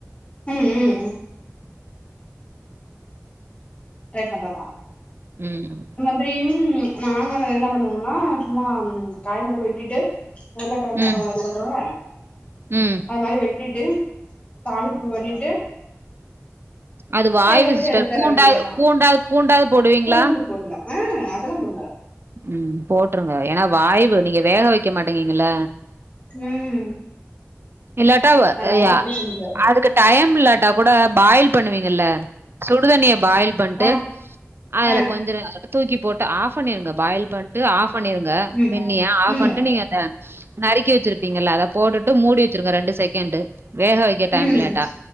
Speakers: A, on the left (about 25°); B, on the right (about 50°).
A: ம் ம் ட்ரை பண்றகா
B: ம்
A: த்ரியும் நாங்க அதுல என்னா பண்ணுவோம்னா சும்மா காய் மட்டும் வெட்டிட்டு உருளகெழங்கு
B: ம்
A: இது பன்றோல்ல
B: ம்
A: அதுமாறி வெட்டிட்டு தாளிப்பூ பண்ணிட்டு
B: அது வாய்வு
A: வேக வச்சு
B: சிஸ்டர்
A: எடுத்துற
B: பூண்டாவது
A: வேண்டியதுதா
B: பூண்டாவது பூண்டாவது போடுவீங்களா
A: பூண்டு போடலா ஆ அதெல்லா போடுவோ
B: ம் போட்ருங்க ஏன்னா வாய்வு நீங்க வேக வைக்க மாட்டீங்கல்ல
A: ம்
B: இல்லாட்டா
A: அதனால
B: ஐயா
A: அப்டி செஞ்சர்றது
B: அதுக்கு டைம் இல்லாட்டா கூட பாயில் பண்ணுவீங்கல்ல சுடுதண்ணிய பாயில் பண்ணிட்டு
A: ஆ
B: அதுல
A: ஆ
B: கொஞ்சம் தூக்கி போட்டு ஆஃப் பண்ணிருங்க பாயில் பண்ணிட்டு ஆஃப் பண்ணிருங்க
A: ம்
B: வெண்ணிய ஆஃப்
A: ம்
B: பண்ணிட்டு
A: ம்
B: நீங்க அத நறுக்கி வச்சிருப்பீங்கல்ல அத போட்டுட்டு மூடி வச்சுருங்க ரெண்டு செகண்ட் வேக வைக்க டைம்
A: ம்
B: இல்லாட்டா